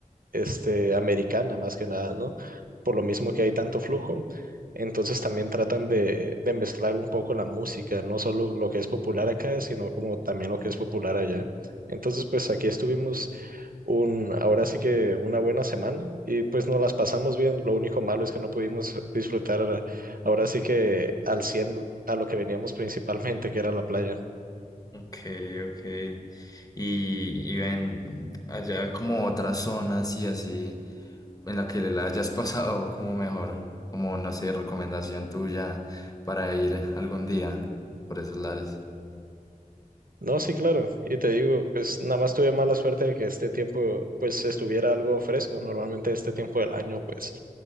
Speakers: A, on the right; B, on the left.
A: este, americana más que nada, ¿no? Por lo mismo que hay tanto flujo. Entonces también tratan de, de mezclar un poco la música, no solo lo que es popular acá, sino como también lo que es popular allá. Entonces, pues aquí estuvimos un, ahora sí que una buena semana y pues nos las pasamos bien. Lo único malo es que no pudimos disfrutar ahora sí que al 100 a lo que veníamos principalmente, que era la playa.
B: Ok, ok. Y, y ven allá como otras zonas y así en la que la hayas <laughs> pasado como mejor, como no sé, recomendación tuya para ir algún día por esos lares.
A: No, sí, claro. Y te digo, pues nada más tuve mala suerte de que este tiempo, pues estuviera algo fresco. Normalmente este tiempo del año, pues